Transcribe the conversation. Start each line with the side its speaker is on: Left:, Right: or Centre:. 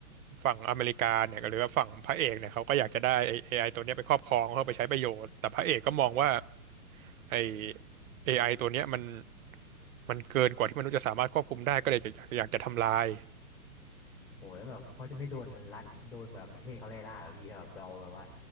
Right: ฝั่งอเมริกาเนี่ยหรือว่าฝั่งพระเอกเนี่ยเขาก็อยากจะได้ไอ้ AI ตัวเนี้ยไปครอบครองเพื่อไปใช้ประโยชน์แต่พระเอกก็มองว่าไอ้ AI ตัวเนี้ยมันมันเกินกว่าที่มนุษย์จะสามารถควบคุมได้ก็เลยอยากอยากจะทำลาย
Centre: โหแล้วแบบเขาจะไม่โดนรัฐโดนแบบประเทศเขาไล่ล่าเหรอพี่ถ้าแบบเราแบบว่า